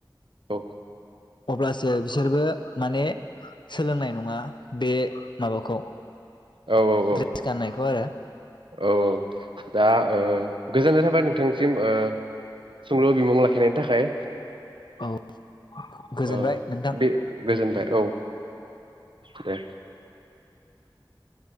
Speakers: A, on the right (about 80°); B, on the left (about 65°).
A: औ
B: अब्लासो बिसोरबो। माने सोलोंनाय नङा बे माबाखौ
A: औ औ औ
B: द्रेस गाननायखौ आरो।
A: औ दा ओ गोजोननाय थाबाय नोंथांसिम ओ सोंलु बिमुं लाखिनायनि थाखाय
B: औ। गोजोनबाय
A: ओ
B: नोंथां
A: बे गोजोनबाय औ दे। <inaudible>